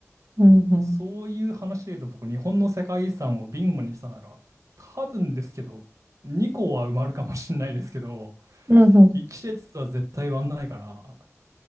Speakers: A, on the right; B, on the right.
A: うんうん。
B: そういう話で言うと僕、日本の世界遺産をビンゴにしたなら、多分ですけど、2個は埋まるかもしれないですけど、
A: うんうん。
B: 1列は絶対埋まんないから、